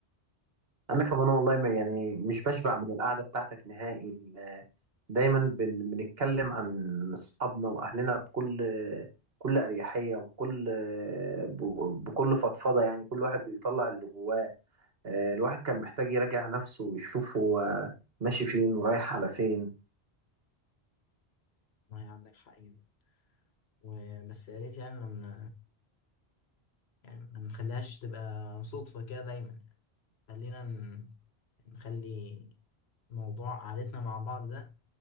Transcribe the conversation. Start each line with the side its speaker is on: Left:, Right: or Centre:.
Right: انا كمان والله ما يعني مش بشبع من القعدة بتاعتك نهائي ال- دايما بن- بنتكلم عن اصحابنا واهلنا بكل كل اريحية وبكل ب- بكل فضفضة يعني كل واحد بيطلع اللي جواه آه، الواحد كان محتاج يراجع نفسه ويشوف هو ماشي فين ورايح على فين
Left: ما هي عندك حق جدا وبس يا ريت يعني لما يعني ما نخليهاش تبقى صدفة كده دايما يعني خلينا ن- نخلي موضوع قعدتنا مع بعض ده